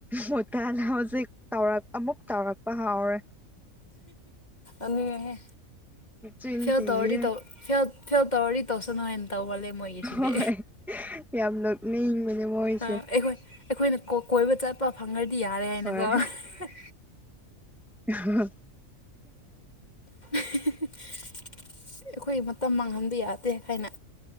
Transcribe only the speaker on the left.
ꯑꯗꯨꯅꯤ
ꯐ
ꯇꯧꯔꯤ ꯇꯧ ꯐ ꯇꯧꯔꯤ ꯇꯧꯁꯅ ꯍꯥꯏꯅ ꯇꯧꯧꯕꯜꯂꯦ ꯃꯣꯏꯒꯤꯁꯤꯗꯤ
ꯑ ꯑꯩꯈꯣꯏ ꯑꯩꯈꯣꯏꯅꯀꯣ ꯀꯣꯏꯕ ꯆꯠꯄ ꯐꯪꯉ꯭ꯔꯗꯤ ꯌꯥꯔꯦ ꯍꯥꯏꯅꯀꯣ
<unintelligible>
<unintelligible> ꯑꯩꯈꯣꯏ ꯃꯇꯝ ꯃꯥꯡꯍꯟꯕ ꯌꯥꯗꯦ ꯍꯥꯏꯥꯏꯅ